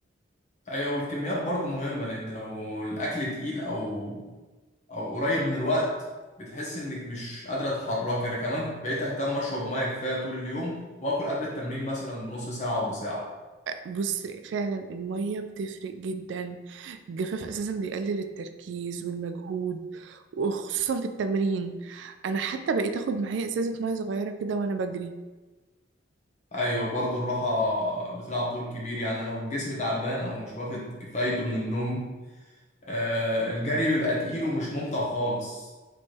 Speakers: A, on the left; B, on the right.
A: ايوه والكميات برضو مهمه لان لو الاكل تقيل او او قريب من الوقت بتحس انك مش قادره تتحركي انا كمان بقيت اهتم اشرب ميه كفايه طول اليوم واكل قبل التمرين مثلا بنص ساعه او بساعه
B: بص فعلا المية بتفرق جدا الجفاف أساسا بيقلل التركيز والمجهود وخصوصا في التمرين أنا حتى بقيت أخد معايا إزازة مية صغيرة كده وأنا بجري
A: ايوه برضو الراحه بتلعب دور كبير يعني لو الجسم تعبان او مش واخد كفايته من النوم آه الجري بيبقى تقيل ومش ممتع خالص